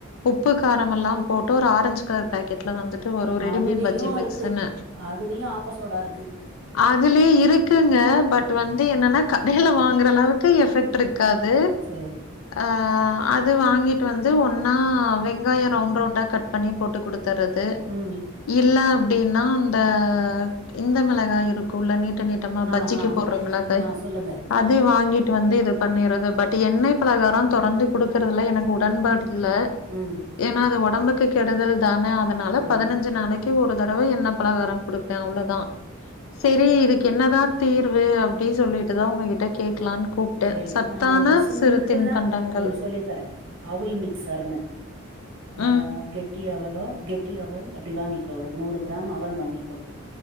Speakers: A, on the left; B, on the right.
A: உப்புக் கார் ரம் எல்லாம் போட்டு ஒரு ஆரஞ்ச் கலர் பேக்கெட்ல வந்து ட்டு வரு ரெடிமேட்
B: அதுலயு
A: பஜ்ஜி மிக்ஸ்ன்னு
B: இருக்கு அதுலயு ஆப்ப சோடா இருக்கு
A: அதுலயே இருக்குங்க பட் வந்து என்னன்னா கடையில வாங்குற அளவுக்கு எஃபெக் ட் ருக்கது
B: சரி
A: அ அது வாங்கிட்டு வந்து ஒன்னா வெங்காயம் ரவுண்ட் ரவுண்டா கட் பண்ணி போட்டு குடுத்துறது
B: ம்
A: இல்ல அப்டின்னா அந்த இந்த மிளகாய் இருக்குல்ல நீட்ட நீட் டமா
B: ஆ
A: பஜ்ஜிக்கு
B: ஆ
A: போடுற மிளக்காய்
B: ஆ சொல்லுங்க
A: அது வாங்கிட்டு வந்து இது பண்ணறது பட் எண்ணெய் பலகாரம் தொடர்ந்து கொடுக்குறதுல எனக்கு உடன்பாடு இல்ல
B: ம்
A: ஏன்னா அது ஒடம்புக்கு கெடுதல் தான அதனால
B: ஆமா
A: பதினஞ்சு நாளைக் கு ஒரு தடவ எண்ணெ பலகாரம் கொடுப்பே அவ்ளதா செரி இதுக்கு என்னதா தீர்வு அப்டி சொல்லி ட்டு தா ஒங்ககிட்ட கேட்கலான்னு கூப்ட்டேன்
B: சரி
A: சத்தான
B: நா ஒரு சிம்பிளா
A: சிறுத்தின் பண்டங்கள்
B: ஒண்ணு சொல்லி தரே அவுல் மிக்சர்னு அ
A: ம்,
B: கெ ட்டி அவலோ கெட்டி அவல் அப்டி வாங்கிக்கோ ஒரு நூறு கிராம் அவல் வாங்கிக்கோ